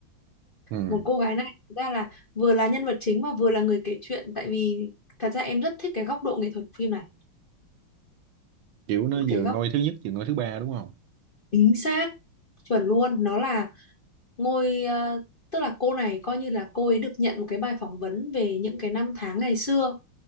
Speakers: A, on the right (about 75°); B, on the left (about 35°).
A: ừ.
B: một cô gái này thực ra là vừa là nhân vật chính mà vừa là người kể chuyện tại vì thật ra em rất thích cái góc độ nghệ thuật của phim này
A: Kiểu nó
B: cái
A: vừa
B: góc
A: ngôi thứ nhất vừa ngôi thứ ba đúng không?
B: chính xác chuẩn luôn nó là ngôi ờ, tức là cô này coi như là cô ấy được nhận một cái bài phỏng vấn về những cái năm tháng ngày xưa